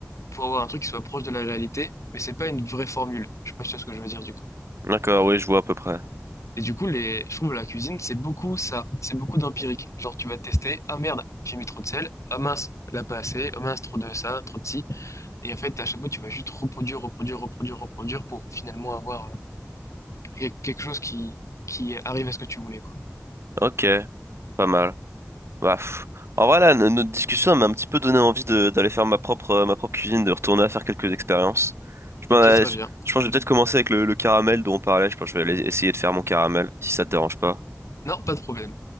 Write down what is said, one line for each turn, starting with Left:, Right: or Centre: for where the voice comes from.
Left: pour avoir un truc qui soit proche de la réalité, mais c'est pas une vraie formule. Je sais pas si tu vois ce que je veux dire, du coup.
Right: D'accord, oui, je vois à peu près.
Left: Et du coup, les... je trouve la cuisine, c'est beaucoup ça. C'est beaucoup d'empirique. Genre, tu vas te tester. Ah merde, j'ai mis trop de sel. Ah mince, là pas assez. Ah mince, trop de ça, trop de ci. Et en fait, à chaque fois, tu vas juste reproduire, reproduire, reproduire, reproduire pour finalement avoir euh, quelque chose qui, qui arrive à ce que tu voulais, quoi.
Right: Ok, pas mal. Bah, pff. En vrai, là, no- notre discussion elle m'a un petit peu donné envie de- d'aller faire ma propre, euh, ma propre cuisine, de retourner à faire quelques expériences. Je,
Left: Ok,
Right: m'en- euh,
Left: très
Right: je
Left: bien.
Right: je pense que je vais peut-être commencer avec le, le caramel dont on parlait. Je pense que je vais aller essayer de faire mon caramel, si ça te dérange pas.
Left: Non, pas de problème.